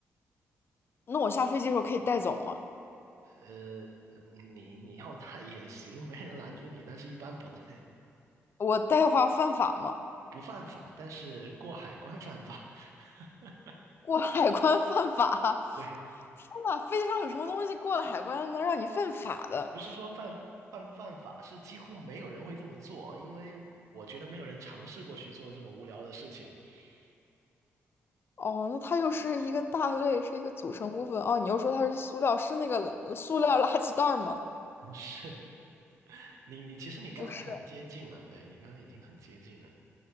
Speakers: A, on the left (about 45°); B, on the right (about 85°).
A: 那我下飞机的时候可以带走吗？
B: 呃，你你要带也行，没人拦住你，但是一般不带，
A: 我带话犯法吗？
B: 不犯法，但是过海关犯法。<laughs>
A: 过海关犯法？
B: 对，
A: 天呐，飞机上有什么东西过了海关能让你犯法的？
B: 不是说犯犯不犯法，是几乎没有人会这么做，因为我觉得没有人尝试过去做这么无聊的事情。<laughs>
A: 哦，那它又是一个大类，是一个组成部分。哦，你又说它是塑料，是那个塑料垃圾袋儿吗？
B: 不是。你你其实你刚才很接近了，
A: 不是。
B: 对，你刚刚已经很接近了，